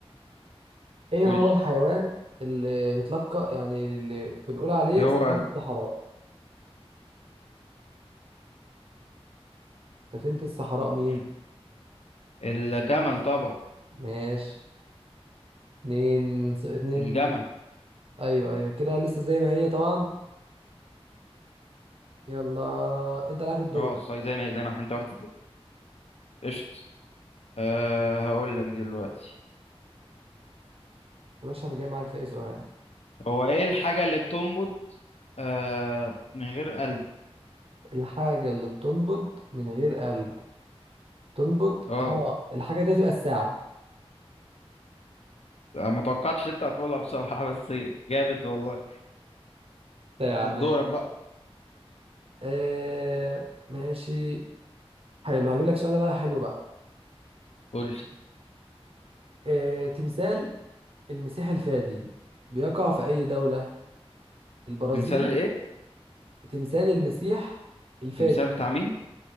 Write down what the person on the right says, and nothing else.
إيه
هو
الحيوان اللي بيتلقى يعني اللي بنقول عليه
سفينة الصحراء سفينة الصحراء
مين
ماشي اتنين س- اتنين
أيوه أيوه كده لسه زي ما هي طبعا يلا أنت عليك الدور
يا باشا أنا جاي معاك في أي سؤال
الحاجة اللي بتنبض من غير قلب تنبض
اه الحاجة دي هتبقى الساعة
ساعة
ماشي
آه ماشي حلو هجيب لك سؤال بقى حلو بقى
آه تمثال المسيح الفادي بيقع في أي دولة؟ البرازيل
تمثال المسيح الفادي